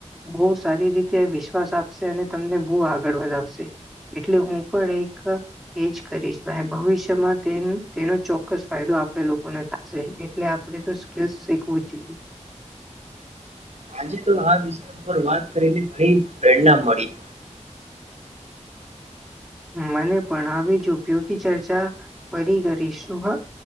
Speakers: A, in the centre; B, on the right.
A: બહુ સારી રીતે વિશ્વાસ આપશે અને તમને બહુ આગળ વધાવશે એટલે હું પણ એક એજ કરીશ ભાઈ ભવિષ્ય તેનો ચોક્કસ ફાયદો આપણે લોકોને થશે એટલે આપણે તો સ્કીલસ શીખવું જ જોઈએ
B: આજે તો આ વિષય પર વાત કરીને ઘણી પ્રેરણા મળી
A: મને પણ આવી જ ઉપયોગી ચર્ચા ફરી કરીશું હા